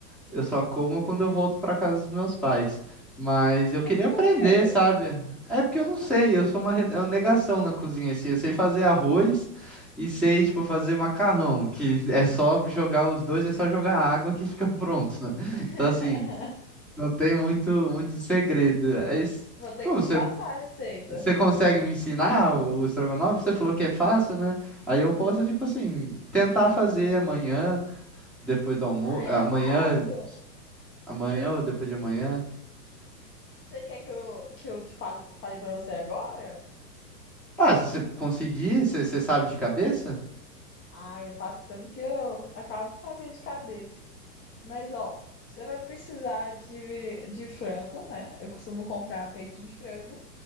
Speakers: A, in the centre; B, on the left.
A: Eu só como quando eu volto para casa dos meus pais. Mas eu queria
B: mas por
A: aprender,
B: quê?
A: sabe? É porque eu não sei, eu sou uma, re- é uma negação na cozinha, assim. Eu sei fazer arroz e sei, tipo, fazer macarrão, que é só jogar os dois, é só jogar água que fica <laughs> pronto, né?
B: <laughs>
A: Então, assim, não tem muito, muito segredo. É isso.
B: Vou ter
A: Pô,
B: que
A: você,
B: te passar a receita.
A: você consegue me ensinar o estrogonofe? Você falou que é fácil, né? Aí eu posso, tipo assim, tentar fazer amanhã, depois do almoço,
B: Ah, é
A: amanhã
B: fácil.
A: Amanhã ou depois de amanhã?
B: Você quer que eu, que eu te fale, fale para você agora?
A: Ah, se você conseguir, você você sabe de cabeça?
B: Ah, eu faço tanto que eu acabo de sabendo de cabeça. Mas, ó, você vai precisar de, de frango, né? Eu costumo comprar peito de frango.